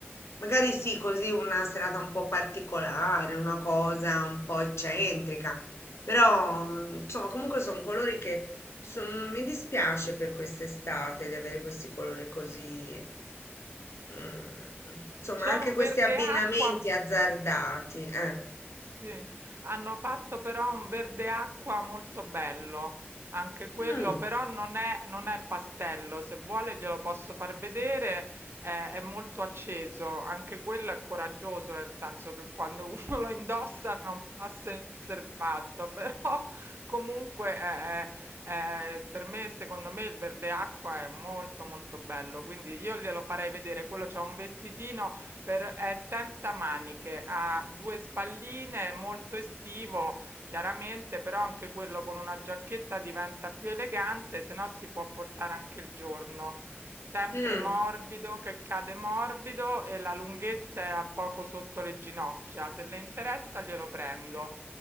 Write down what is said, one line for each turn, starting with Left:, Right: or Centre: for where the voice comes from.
Left: magari sì, così una serata un po' particolare, una cosa un po' eccentrica, però mm, insomma, comunque sono colori che son- mi dispiace per quest'estate di avere questi colori così, mm, insomma,
Right: C'è
Left: anche
Right: un
Left: questi
Right: verde
Left: abbinamenti
Right: acqua
Left: azzardati, eh.
Right: Sì, hanno fatto però un verde acqua molto bello, anche quello,
Left: Mm,
Right: però non è, non è pastello, se vuole glielo posso far vedere, eh, è molto acceso, anche quello è coraggioso, nel senso che quando <laughs> uno lo indossa non passa inosservato, però <laughs> comunque è- è- è- per me, secondo me il verde acqua è molto molto bello, quindi io glielo farei vedere, quello c'è un vestitino per- è senza maniche, ha due spalline, è molto estivo, chiaramente, però anche quello con una giacchetta diventa più elegante, se no si può portare anche il giorno. Sempre
Left: mm.
Right: morbido, che cade morbido e la lunghezza è a poco sotto le ginocchia. Se le interessa, glielo prendo.